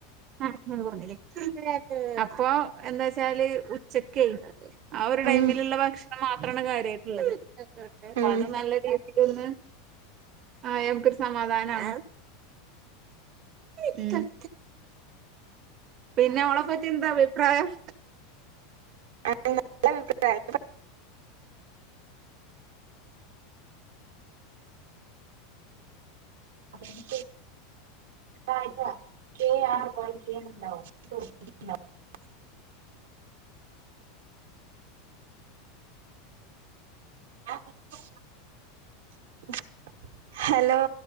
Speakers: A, on the right; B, on the right.
A: <unintelligible> ആ അ അപ്പൊ എന്താ വച്ചാല് ഉച്ചക്ക് ആ ഒരു ടൈമിലുള്ള
B: ഉം
A: ഭക്ഷണം മാത്രമാണ് കാര്യമായിട്ടുള്ളത് അപ്പ
B: ഉം
A: അത് നല്ല രീതിലൊന്നു ആഹനമുക്കൊരു സമാധാനമാണ് ഉം പിന്നെ അവളെ പറ്റി എന്താ അഭിപ്രായം
B: ആ നല്ല അഭിപ്രായ അത ത കേണ്ടാവും <unintelligible> ആ പ കാട്ട <unintelligible> ഹലോ